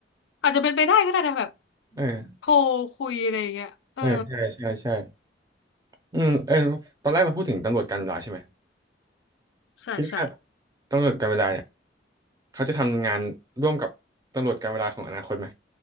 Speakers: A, on the left; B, on the right.
A: อาจจะเป็นไปได้ก็ได้นะแบบ
B: เออ
A: โทรคุยอะไรอย่างเงี้ยเออ
B: เออใช่ใช่ใช่อืมเออตอนแรกเราพูดถึงตำรวจการเวลาใช่ไหม
A: ใช่ใช่
B: คิดว่าตำรวจการเวลาเนี่ยเขาจะทำงานร่วมกับตำรวจการเวลาของอนาคตไหม